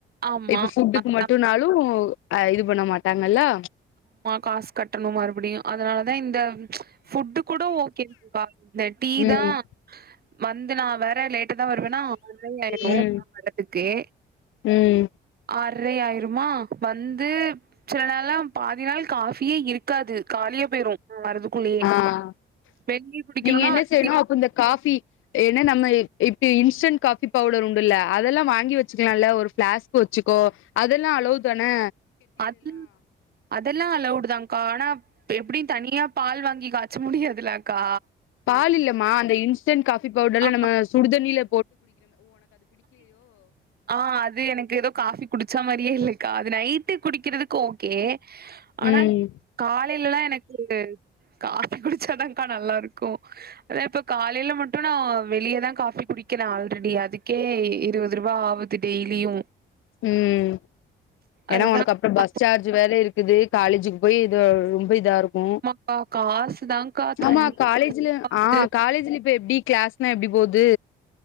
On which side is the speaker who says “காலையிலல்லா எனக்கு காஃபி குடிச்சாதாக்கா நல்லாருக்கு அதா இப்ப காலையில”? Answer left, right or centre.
Right